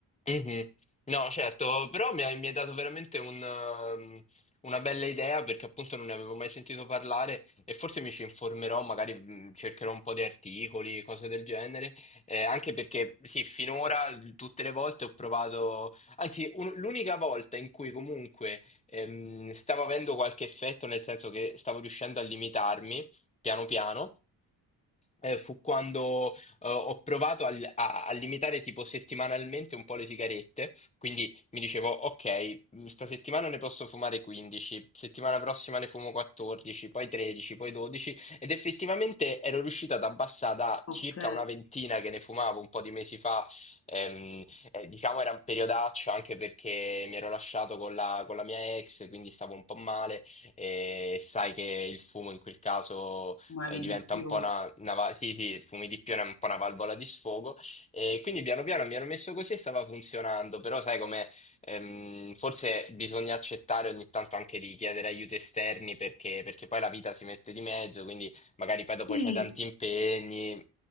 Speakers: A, on the left; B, on the left.
A: Mhm. No, certo, però mi hai, mi hai dato veramente un, um, una bella idea perché appunto non ne avevo mai sentito parlare e forse mi ci informerò, magari mm, cercherò un po' di articoli, cose del genere, eh, anche perché sì, finora l- tutte le volte ho provato, anzi un- l'unica volta in cui comunque ehm, stavo avendo qualche effetto, nel senso che stavo riuscendo a limitarmi piano piano, eh, fu quando eh, ho provato al- a, a limitare tipo settimanalmente un po' le sigarette, quindi mi dicevo, ok, mh, sta settimana ne posso fumare 15, settimana prossima ne fumo 14, poi 13, poi 12, ed effettivamente ero riuscito ad abbassare da
B: Ok.
A: circa una ventina che ne fumavo un po' di mesi fa, ehm, eh, diciamo era un periodaccio anche perché mi ero lasciato con la, con la mia ex, quindi stavo un po' male e sai che il fumo in quel caso
B: Muovi
A: eh, diventa
B: di più.
A: un po' una, una va- sì, sì, il fumo di pione è un po' una valvola di sfogo. E quindi piano piano mi ero messo così e stava funzionando, però sai come ehm, forse bisogna accettare ogni tanto anche di chiedere aiuti esterni perché, perché poi la vita si mette di mezzo, quindi magari poi dopo
B: Sì,
A: c'hai tanti impegni